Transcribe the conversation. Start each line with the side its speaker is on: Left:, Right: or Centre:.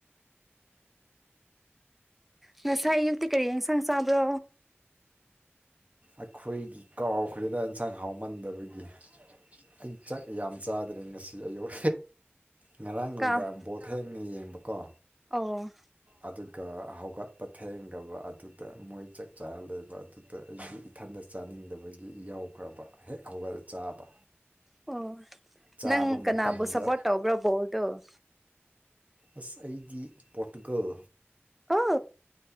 Centre: ꯉꯁꯥꯏ ꯑꯌꯨꯛꯇꯤ ꯀꯔꯤ ꯑꯦꯟꯁꯥꯡ ꯆꯥꯕ꯭ꯔꯣ
Right: ꯑꯩꯈꯣꯏꯒꯤ ꯀꯥꯎꯈ꯭ꯔꯦꯗ ꯑꯦꯟꯁꯥꯡ ꯍꯥꯎꯃꯟꯗꯕꯒꯤ ꯏꯪꯆꯥꯛ ꯌꯥꯝ ꯆꯥꯗ꯭ꯔꯦ ꯉꯁꯤ ꯑꯌꯧ ꯉꯔꯥꯡ ꯅꯨꯡꯗꯥꯡ
Centre: ꯀꯥ
Right: ꯕꯣꯠ ꯊꯦꯡꯅ ꯌꯦꯡꯕꯀꯣ
Centre: ꯑꯣ
Right: ꯑꯗꯨꯒ ꯍꯧꯒꯠꯄ ꯊꯦꯡꯈ꯭ꯔꯕ ꯑꯗꯨꯗ ꯃꯣꯏ ꯆꯥꯛ ꯆꯥꯔ ꯂꯩꯕ ꯑꯗꯨꯗ ꯑꯩꯁꯨ ꯏꯊꯟꯗ ꯆꯥꯅꯤꯡꯗꯕꯒꯤ ꯌꯥꯎꯈ꯭ꯔꯕ ꯍꯦꯛ ꯍꯧꯒꯠꯂꯒ ꯆꯥꯕ
Centre: ꯑꯣ
Right: ꯆꯥꯕ
Centre: ꯅꯪ ꯀꯅꯥꯕꯨ
Right: ꯃꯇꯝꯗ
Centre: ꯁꯞꯄꯣꯔꯠ ꯇꯧꯕ꯭ꯔꯣ ꯕꯣꯜꯗꯣ
Right: ꯑꯁ ꯑꯩꯗꯤ ꯄꯣꯔꯇꯨꯒꯜ
Centre: ꯑ